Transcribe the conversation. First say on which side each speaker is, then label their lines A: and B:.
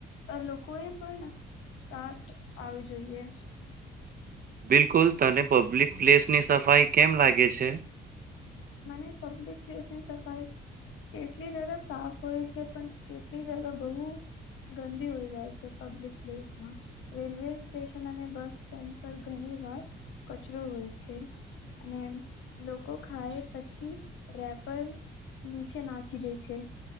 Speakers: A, on the left; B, on the right.
A: લોકો એ પણ સાથ આવું જોઈએ
B: બિલકુલ તને પબ્લિક પ્લેસ ની સફાઈ કેમ લાગે છે,
A: મને પબ્લિક પ્લેસ ની સફાઈ કેટલી જગા સાફ હોય છે, પણ કેટલી જગા બહુ ગંદી હોય જાય છે પબ્લિક પ્લેસ માં રેલવે સ્ટેશન અને બસ સ્ટેન્ડ પર ઘણી વાર કચરો હોય છે, અને લોકો ખાય પછી રેપર નીચે નાખી દે છે